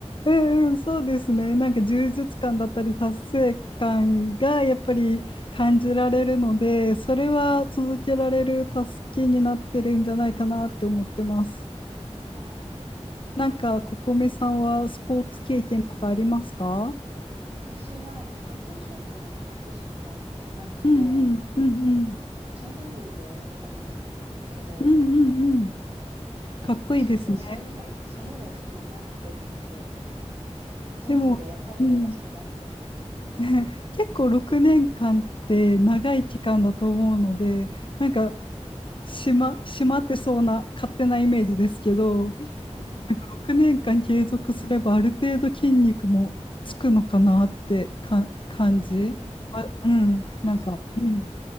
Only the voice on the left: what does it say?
うんうん、そうですね。なんか充実感だったり、達成感がやっぱり感じられるので、それは続けられる助けになってるんじゃないかなって思ってます。
なんか、ここめさんはスポーツ経験とかありますか
うんうんうんうん
うんうんうんかっこいいですね。
でも、うん、<laughs> 結構6年間って長い期間だと思うので、なんか、しま、しまってそうな勝手なイメージですけど、
なんか6年間継続すればある程度筋肉もつくのかなってか感じ。
あ、うん、
なんか、うん、